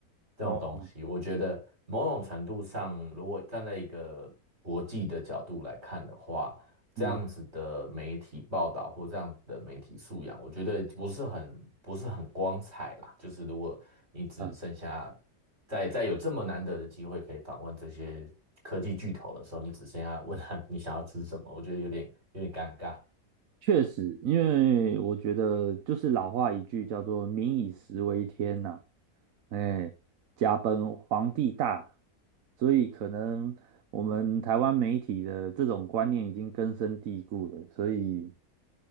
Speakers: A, on the right; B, on the right.
A: 这种东西。
B: 哦，
A: 我觉得某种程度上，如果站在一个国际的角度来看的话，这样子的媒体报道或这样的媒体素养，
B: 嗯。
A: 我觉得不是很不是很光彩啦。就是如果你只剩下
B: 嗯
A: 在在有这么难得的机会可以访问这些科技巨头的时候，你只剩下问他你想要吃什么，我觉得有点有点尴尬。
B: 确实，因为我觉得就是老话一句叫做“民以食为天”呐，哎，家本皇帝大，所以可能我们台湾媒体的这种观念已经根深蒂固了，所以